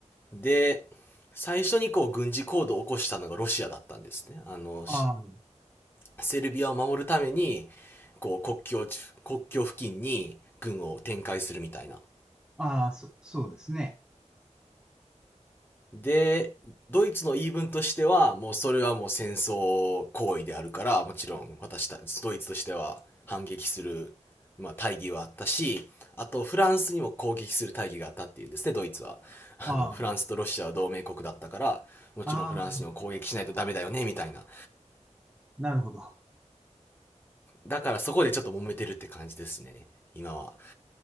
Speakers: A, on the left; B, in the centre.
A: で、最初にこう軍事行動を起こしたのがロシアだったんですね。あの、
B: ああ、
A: セルビアを守るために、こう国境、国境付近に軍を展開するみたいな。
B: ああ、そ、そうですね。
A: で、ドイツの言い分としては、もうそれはもう戦争行為であるから、もちろん私た、ドイツとしては反撃する、まあ、大義はあったし、あとフランスにも攻撃する大義があったっていうんですね、ドイツは。あの、
B: ああ、
A: フランスとロシアは同盟国だったから、もちろんフランスにも攻撃しないとダメだよね、
B: ああ、
A: みたいな。
B: なるほど。あ
A: だからそこでちょっと揉めてるって感じですね、今は。